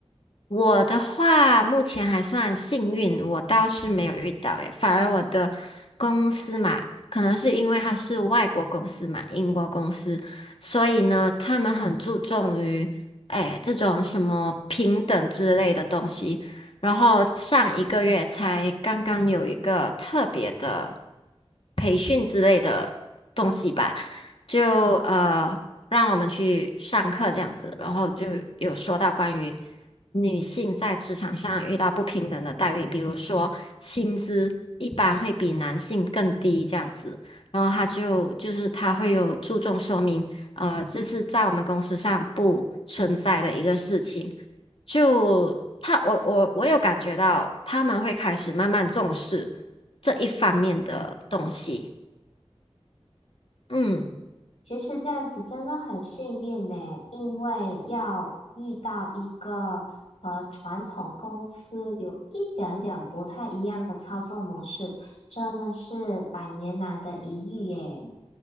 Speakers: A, on the left; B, on the left.
A: 我的话，目前还算幸运，我倒是没有遇到诶，反而我的公司嘛，可能是因为它是外国公司嘛，英国公司，所以呢，他们很注重于诶这种什么平等之类的东西。然后上一个月才刚刚有一个特别的培训之类的东西吧，就呃让我们去上课这样子，然后就有说到关于。女性在职场上遇到不平等的待遇，比如说薪资一般会比男性更低这样子，然后他就就是他会有注重说明，呃，这是在我们公司上不存在的一个事情。就他，我我我有感觉到他们会开始慢慢重视这一方面的东西，嗯。
B: 其实这样子真的很幸运呢，因为要遇到一个和传统公司有一点点不太一样的操作模式，真的是百年难得一遇耶。